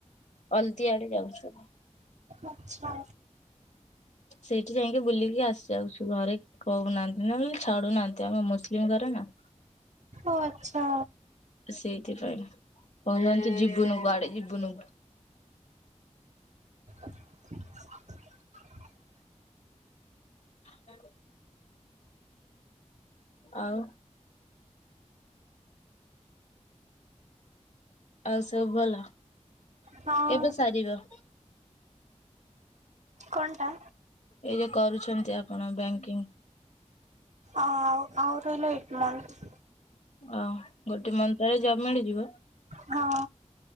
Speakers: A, on the left (about 70°); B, on the right (about 70°).
A: ଅଲତି ଆଡେ ଯାଉଚୁ।
B: ଆଛା।
A: ସେଇଠି ଯାଇଁକି ବୁଲିକି ଆସିଯାଉଛୁ ଘରେ କହୁନାହାନ୍ତି ନହେଲେ ଛାଡୁନାହାନ୍ତି ଆମ ମୁସଲିମ ଘର ନା।
B: ଓ ଆଚ୍ଛା।
A: ସେଇଥିପାଇଁ କହୁଚନ୍ତି ଯିବୁନୁ କୁଆଡେ ଯିବୁନୁ କୁଆଡେ।
B: <unintelligible> <inaudible>
A: <inaudible> ଆଉ ଆଉ ସବୁ ଭଲ
B: ହଁ
A: କେବେ ସାରିବ?
B: କଣଟା?
A: ଏବେ କରୁଛନ୍ତି ଆପଣ ବ୍ୟାଙ୍କିଙ୍ଗ୍?
B: ଆଉ ଆଉ ରହିଲା ଏକ୍ ମନ୍ଥ୍।
A: ଆଉ ଗୋଟେ ମନ୍ଥ୍ ପରେ ଜବ୍ ମିଳିଯିବ।
B: ହଁ।